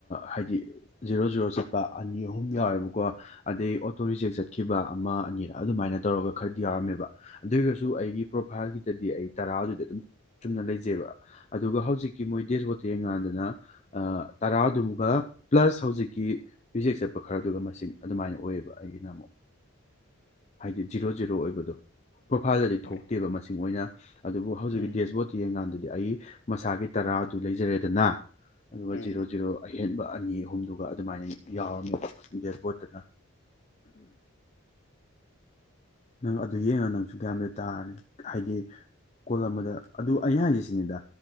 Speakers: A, on the left (about 30°); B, on the left (about 55°).
A: ꯍꯥꯏꯗꯤ ꯖꯤꯔꯣ ꯖꯤꯔꯣ ꯆꯠꯄ ꯑꯅꯤ ꯑꯍꯨꯝ ꯌꯥꯎꯋꯦꯕꯀꯣ ꯑꯗꯩ ꯑꯣꯇꯣ ꯔꯤꯖꯦꯛ ꯆꯠꯈꯤ꯫ ꯈꯤꯕ ꯑꯃ ꯑꯅꯤꯔ ꯑꯗꯨꯃꯥꯏꯅ ꯇꯧꯔꯒ ꯈꯔꯗꯤ ꯌꯥꯎꯔꯝꯃꯦꯕ ꯑꯗꯨ ꯑꯣꯏꯔꯒꯁꯨ ꯑꯩꯒꯤ ꯄ꯭ꯔꯣꯐꯥꯏꯜꯒꯤꯗꯗꯤ ꯑꯩ ꯇꯔꯥꯗꯨꯗꯤ ꯑꯗꯨꯝ ꯆꯨꯝꯅ ꯂꯩꯖꯩꯕ ꯑꯗꯨꯒ ꯍꯧꯖꯤꯛꯀꯤ ꯃꯣꯏ ꯗꯦꯖ ꯍꯣꯠꯇ ꯌꯦꯡꯀꯥꯟꯗꯅ ꯇꯔꯥꯗꯨꯃꯒ ꯄ꯭ꯂꯁ ꯍꯧꯖꯤꯛꯀꯤ ꯐꯤꯖꯦꯛ ꯆꯠꯄ ꯈꯔꯗꯨꯒ ꯃꯁꯤꯡ ꯑꯗꯨꯃꯥꯏꯅ ꯑꯣꯏꯌꯦꯕ ꯑꯩꯒꯤꯅ ꯑꯃꯨꯛ꯫ ꯍꯥꯏꯗꯤ ꯖꯤꯔꯣ ꯖꯤꯔꯣ ꯑꯣꯏꯕꯗꯣ ꯄ꯭ꯔꯣꯐꯥꯏꯜꯗꯗꯤ
B: ꯍꯣꯏ
A: ꯊꯣꯛꯇꯦꯕ ꯃꯁꯤꯡ ꯑꯣꯏꯅ꯫ ꯑꯗꯨꯕꯨ ꯍꯧꯖꯤꯛꯀꯤ
B: ꯎꯝ
A: ꯗꯦꯁꯕꯣꯔꯠꯇ ꯌꯦꯡ ꯀꯥꯟꯗꯗꯤ꯫ ꯑꯩ ꯃꯁꯥꯒꯤ ꯇꯔꯥ ꯑꯧꯗꯨ ꯂꯩꯖꯔꯦꯗꯅ꯫ ꯑꯗꯨꯒ
B: ꯎꯝ
A: ꯖꯤꯔꯣ ꯖꯤꯔꯣ꯫ ꯑꯍꯦꯟꯕ ꯑꯅꯤ ꯑꯍꯨꯝꯗꯨꯒ ꯑꯗꯨꯃꯥꯏꯅ ꯌꯥꯎꯔꯝꯃꯤꯕ ꯗꯦꯠꯕꯣꯔꯠꯇꯅ꯫ ꯅꯪ ꯑꯗꯨ ꯌꯦꯡꯉ‌ ꯅꯪꯁꯨ ꯒ꯭ꯌꯥꯟꯕꯨꯗꯤ ꯇꯥꯔꯅꯤ ꯍꯥꯏꯗꯤ ꯀꯣꯜ ꯑꯃꯗ ꯑꯗꯨ ꯑꯩꯅ ꯍꯥꯏꯁꯤꯁꯤꯅꯤꯗ